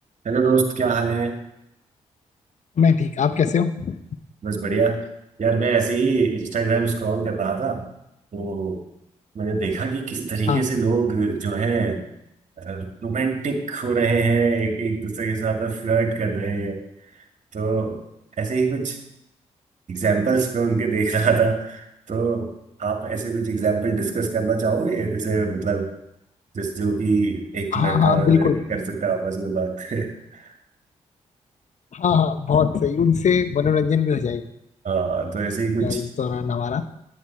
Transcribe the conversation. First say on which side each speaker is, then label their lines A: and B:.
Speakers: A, on the right; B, on the left.
A: Hello दोस्त क्या हाल है
B: मैं ठीक आप कैसे हो
A: बस बढ़िया यार मैं ऐसे ही इंस्टाग्राम स्क्रॉल कर रहा था तो मैंने देखा कि किस तरीके
B: हाँ
A: से लोग जो है रोमांटिक हो रहे हैं एक एक दूसरे के साथ फ्लर्ट कर रहे हैं तो ऐसे ही कुछ एग्जाम्पल्स मैं उनके देख रहा था तो आप ऐसे कुछ एग्जाम्पल डिस्कस करना चाहोगे जैसे मतलब जिस जो कि एक लड़का
B: हाँ हाँ
A: और
B: बिल्कुल
A: लड़की कर सकता है आपस में बात <laughs>
B: हाँ हाँ बहुत सही उनसे मनोरंजन भी हो जाएगा
A: हाँ तो ऐसे ही कुछ
B: इस दौरान हमारा